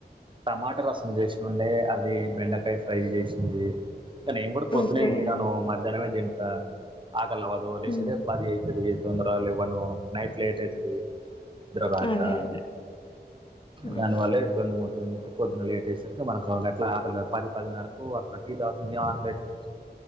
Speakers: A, on the right; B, on the left.
A: టమాటా రసం చేసినుండే అది బెండకాయ ఫ్రై చేసింది. ఇంకా నేను కూడా పొద్దున
B: ఓకే
A: ఏం తిన్నాను మధ్యాహ్నమే తింటా. ఆకలి అవ్వదు లేచిందే
B: ఉమ్,
A: పది అయితది తొందరగా లేవ్వను నైట్ లేట్ అయితది. ఇప్పటిదాకా
B: అదే అదే ఉమ్,
A: దానివల్ల ఇబ్బంది ఉం. ఇప్పుడు పొద్దున లేటుగా లేచేసరికి మనం ఎట్లా ఆకలికాదు పది పదిన్నరకు అట్లా టీ తాగితే ఇంకం ఆకలి అయితది.